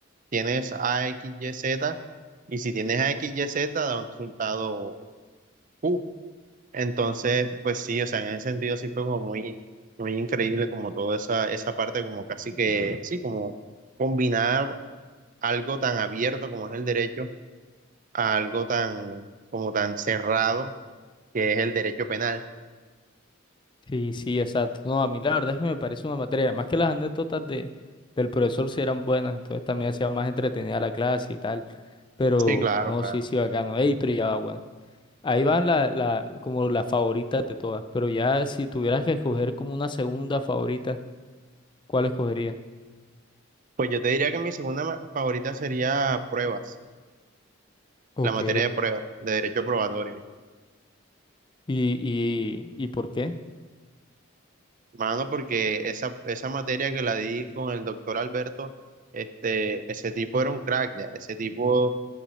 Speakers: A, on the right; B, on the left.
A: tienes A, X, Y, Z, y si tienes A, X, Y, Z, da un resultado Q. Entonces, pues sí, o sea, en ese sentido sí fue como muy, muy increíble como toda esa, esa parte, como casi que, sí, como combinar algo tan abierto como es el derecho a algo tan, como tan cerrado que es el derecho penal.
B: Sí, sí, exacto. No, a mí la verdad es que me parece una materia, más que las anécdotas de, del profesor sí eran buenas, entonces también hacía más entretenida la clase y tal, pero
A: Sí, claro,
B: no,
A: claro.
B: sí, sí, bacano. Ey, pero ya va, bueno. Ahí van la, la, como las favoritas de todas, pero ya si tuvieras que escoger como una segunda favorita, ¿cuál escogerías?
A: Pues yo te diría que mi segunda ma- favorita sería pruebas,
B: Ok.
A: la materia de pruebas, de derecho probatorio.
B: ¿Y, y, y por qué?
A: Mano, porque esa, esa materia que la di con el doctor Alberto, este, ese tipo era un crack, ya. Ese tipo